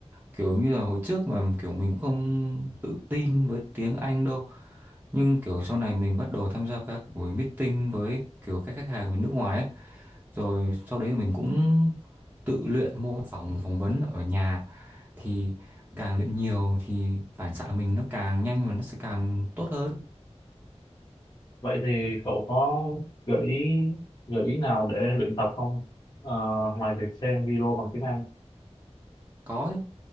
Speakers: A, on the right (about 15°); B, on the left (about 35°).
A: kiểu như là hồi trước mà kiểu mình cũng không tự tin với tiếng Anh đâu nhưng kiểu sau này mình bắt đầu tham gia các buổi meeting với kiểu các khách hàng ở nước ngoài ấy rồi sau đấy mình cũng tự luyện mô phỏng phỏng vấn ở nhà thì càng luyện nhiều thì phản xạ mình nó càng nhanh và nó sẽ càng tốt hơn
B: vậy thì cậu có gợi ý gợi ý nào để luyện tập không Ờ, ngoài việc xem video bằng tiếng Anh
A: có